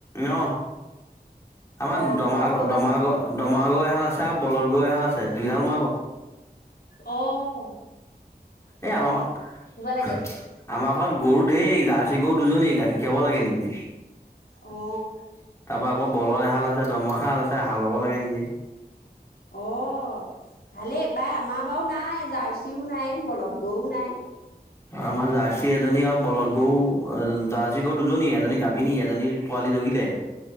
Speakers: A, on the left (about 15°); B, on the left (about 80°).
A: অ!
B: অ
A: আমাৰ দম
B: ঘৰত গৰু
A: দমৰা
B: আছে
A: দমৰা গৰু এহাল আছিল। আৰু বলদ গৰু এহাল আছে, দুইহাল মই বওঁ।
B: আহ
A: এ আমাৰ ঘৰত
B: লাগে
A: আমাৰ ঘৰত গৰু ঢেৰ জাৰ্চি গৰু দুজনী গাখীৰ খীৰাব লাগে নিজে তাৰ
B: অ
A: পৰাা আকৌ বলৰ এশাল আছে দমহাল আছে চ হাল হাব লাগে নিজেই
B: অ ভালেই প্ৰায় আমাৰ বাৰু নাই জাৰ্চিও নাই বলধ গও নাই
A: আমাৰ জাৰ্চী এজনী আৰু বলৰগও অ দাৰী গৰ দুজনী এজনী গামিনী এজনী পোৱালী জগিলে